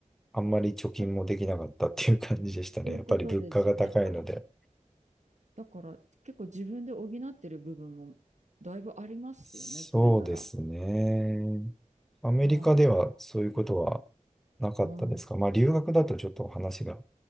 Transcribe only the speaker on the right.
あ、そういうことですね。
あだから結構自分で補ってる部分もだいぶありますよね、
それなら。
あー
あー、うん